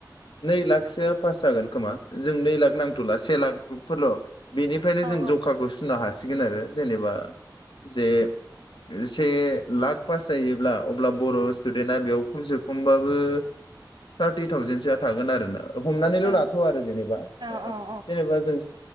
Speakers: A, on the left; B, on the right.
A: नै लाखसोआ पास जागोन खोमा जों नै लाख नांथ'ला से लाख <unintelligible> बेनिफ्रायनो
B: औ
A: जों जखाखौ सुनो हा हासिगोन आरो जेनेबा जे से लाख पास जायोब्ला अब्ला बर' स्टुडेन्टआ बेयाव खमसे खमबाबो थार्टि थावजेनसोआ थागोन आरो ना हमनानैल'
B: औ
A: लाथ' आरो जेनेबा
B: औ औ
A: जेनेबा जों